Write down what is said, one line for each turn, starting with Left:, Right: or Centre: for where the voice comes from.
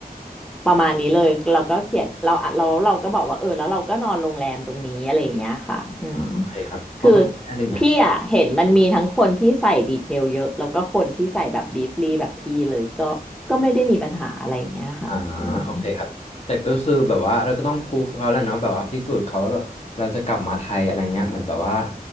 Centre: ประมาณนี้เลยเราก็เขียนเราอ่ะเราเราก็บอกว่าเออแล้วเราก็นอนโรงแรมตรงนี้อะไรอย่างเงี้ยค่ะอืม
Left: อ่าโอเคครับพอเข้าใจได้เลยเนี่ย
Centre: คือพี่อ่ะเห็นมันมีทั้งคนที่ใส่ดีเทลเยอะแล้วก็คนที่ใส่แบบบีฟลีแบบพี่เลยก็ก็ไม่ได้มีปัญหาอะไรอย่างเงี้ยค่ะอืม
Left: อ่าโอเคครับแต่ก็คือแบบว่าเราก็ต้องพูฟเขาแหละเนาะแบบว่าพิสูจน์เขาว่าแบบเราจะกลับมาไทยอะไรเงี้ยเหมือนแบบว่า